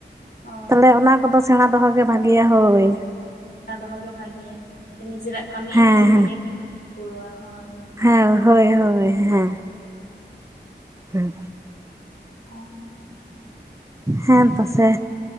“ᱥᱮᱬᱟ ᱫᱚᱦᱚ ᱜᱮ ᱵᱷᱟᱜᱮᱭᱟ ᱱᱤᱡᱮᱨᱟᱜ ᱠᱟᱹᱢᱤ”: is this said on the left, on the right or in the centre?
Left